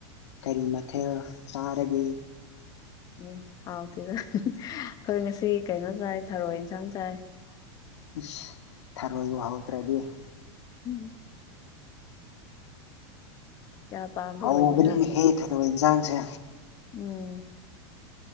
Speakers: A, on the left (about 85°); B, on the left (about 25°).
A: ꯀꯔꯤ ꯃꯊꯦꯜ ꯆꯥꯔꯒꯦ?
B: ꯎꯝ ꯍꯥꯎꯇꯦꯗ ꯑꯈꯣꯏ ꯉꯁꯤ ꯀꯩꯅꯣ ꯆꯥꯏ ꯊꯔꯣꯏ ꯏꯟꯁꯥꯡ ꯆꯥꯏ꯫
A: ꯏꯁ ꯊꯥꯔꯣꯏꯕꯨ ꯍꯥꯎꯇ꯭ꯔꯥꯗꯤ
B: <unintelligible> ꯀꯌꯥ ꯄꯥꯝꯕ
A: ꯍꯥꯎꯕꯅꯤꯅꯦꯍꯦ
B: ꯑꯣꯏꯗꯦꯗ
A: ꯊꯔꯣꯏ ꯏꯟꯖꯥꯡꯁꯦ
B: ꯎꯝ